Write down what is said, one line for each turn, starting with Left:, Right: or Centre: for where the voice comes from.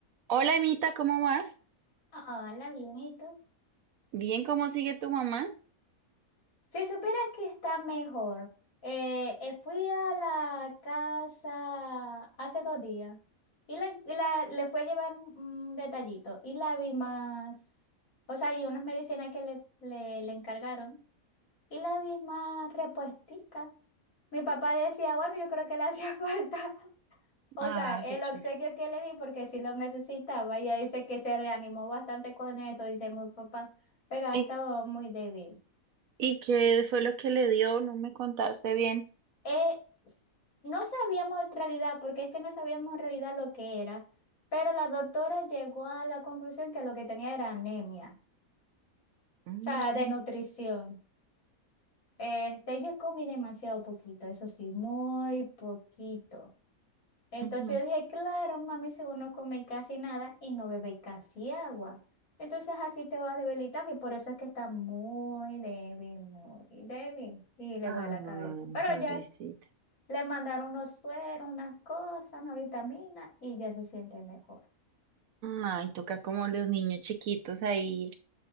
Right: Hola, Anita, ¿cómo vas?
Left: Hola, bien, ¿y tú?
Right: Bien, ¿cómo sigue tu mamá?
Left: Si supieras que está mejor. Eh, eh, fui a la casa hace dos días y, la, y la- le fui a llevar un, un detallito y la vi más, o sea, y unas medicinas que le, le, le encargaron y la vi más repuestica. Mi papá decía, bueno, yo creo que le hacía <laughs> falta, o
Right: Ah,
Left: sea, el
Right: qué chévere.
Left: obsequio que le di porque sí lo necesitaba. Ella dice que se reanimó bastante con eso, dice mi papá, pero ha
Right: ¿Y,
Left: estado muy débil.
Right: y qué fue lo que le dio? No me contaste bien.
Left: Eh, s- no sabíamos en realidad, porque es que no sabíamos en realidad lo que era, pero la doctora llegó a la conclusión que lo que tenía era anemia,
Right: Mm,
Left: o sea, de nutrición. Este, ella comí demasiado poquito, eso sí, muy poquito. Entonces
Right: Ujú.
Left: yo dije, claro, mami, si vos no coméis casi nada y no bebéis casi agua, entonces así te vas debilitando y por eso es que está muy débil, muy débil y le
Right: Ay,
Left: duele la cabeza. Pero
Right: pobrecita.
Left: ya Le mandaron unos sueros, unas cosas, una vitamina y ya se siente mejor.
Right: Ay, toca como los niños chiquitos ahí,